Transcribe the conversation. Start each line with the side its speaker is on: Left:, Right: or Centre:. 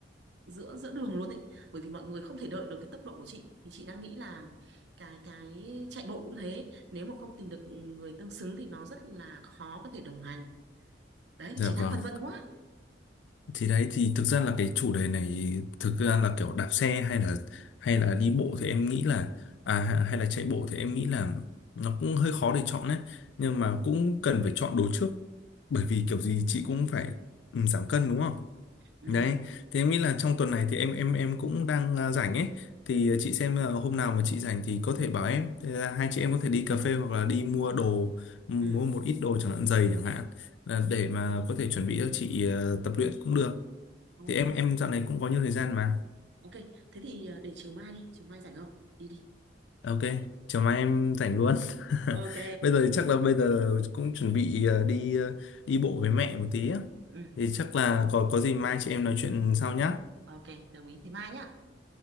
Right: giữa giữa đường luôn ấy bởi vì mọi người không thể đợi được cái tốc độ của chị thì chị đang nghĩ là cái cái chạy bộ cũng thế nếu mà không tìm được người tương xứng thì nó rất là khó có thể đồng hành đấy thì
Left: dạ
Right: chị đang
Left: vâng
Right: phân vân quá
Left: thì đấy thì thực ra là cái chủ đề này thực ra là kiểu đạp xe hay là hay là đi bộ thì em nghĩ là à ha- hay là chạy bộ thì em nghĩ là nó cũng hơi khó để chọn đấy nhưng mà cũng cần phải chọn đồ trước bởi vì kiểu gì chị cũng phải ừ, giảm cân đúng không
Right: ừ
Left: đấy thì em nghĩ là trong tuần này thì em em em cũng đang à, rảnh ấy thì à, chị xem là hôm nào mà chị rảnh thì có thể bảo em Thế là hai chị em có thể đi cà phê hoặc là đi mua đồ mua
Right: ừ
Left: một ít đồ chẳng hạn giày chẳng hạn là để mà có thể chuẩn bị cho chị ờ, tập luyện cũng được
Right: ok
Left: thì em em dạo này cũng có nhiều thời gian mà
Right: ok thế thì ờ, để chiều mai đi chiều mai rảnh không đi đi
Left: À, ok chiều mai em rảnh luôn <laughs>
Right: ok
Left: bây giờ thì chắc là bây giờ cũng chuẩn bị ờ, đi ờ, đi bộ với mẹ một tí á
Right: ừ
Left: thì chắc là có có gì mai chị em nói chuyện sau nhá
Right: ok đồng ý thế mai nhá